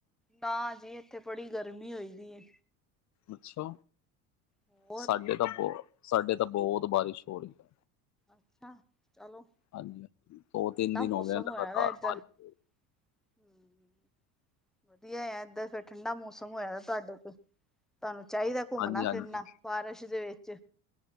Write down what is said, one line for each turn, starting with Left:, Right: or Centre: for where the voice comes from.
Centre: ਨਾ ਜੀ, ਏਥੇ ਬੜੀ ਗਰਮੀ ਹੋਈ ਦੀ ਏ।
Left: ਅੱਛਾ,
Centre: ਹੋਰ
Left: ਸਾਡੇ ਤਾਂ ਬੋ ਸਾਡੇ ਤਾਂ ਬੋਤ ਬਾਰਿਸ਼ ਹੋ ਰੀ ਏ।
Centre: ਅੱਛਾ। ਚਲੋ
Left: ਹਾਂਜੀ, ਹਾਂਜੀ ਦੋ-ਤਿੰਨ
Centre: ਠੰਡਾ
Left: ਦਿਨ
Centre: ਮੌਸਮ
Left: ਹੋ ਗਏ ਲਗਾਤਾਰ
Centre: ਹੋਇਆ ਦਾ
Left: ਬਾਰਿਸ਼
Centre: <inaudible> ਹੂੰ, ਵਧੀਆ ਆ ਏਧਰ ਫੇਰ ਠੰਡਾ ਮੌਸਮ ਹੋਏਆ ਤਾਡੇ ਤੇ। ਤਾਨੂੰ ਚਾਈਦੈ ਘੁੰਮਨਾ-ਫਿਰਨਾ
Left: ਹਾਂਜੀ ਹਾਂਜੀ
Centre: ਬਾਰਸ਼ ਦੇ ਵੇਚ।